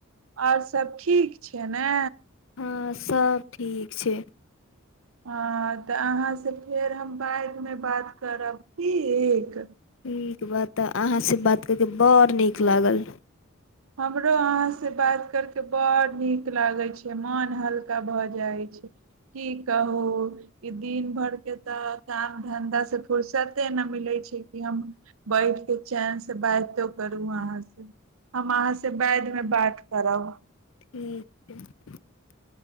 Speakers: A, on the right; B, on the left.
A: आओर सभ ठीक छै ने
B: हँ सब ठीक छै
A: हँ तऽ अहाँसँ फेर हम राति मे बात करब ठीक
B: ठीक बात तऽ अहाँ से बात क क बड़ नीक लागल
A: हमरो अहाँ से बात करके बड़ नीक लागैत छै मन हल्का भऽ जाइत छै की कहू ई दिन भर के तऽ काम धंधा से फुर्सते न मिलै छै कि हम बैठ के चेन से बातो करू अहाँ से अहाँ से बैाद मे बात करब
B: ठीक छै